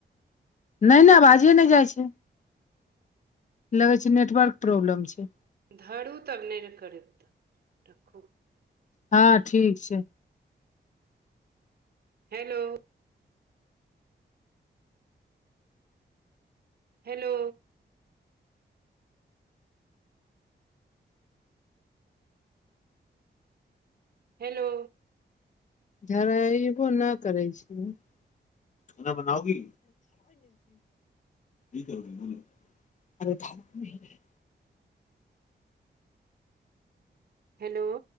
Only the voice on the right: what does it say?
धरू तब नेल कतरै तऽ र खू
हेलो हेलो हेलो
हेलो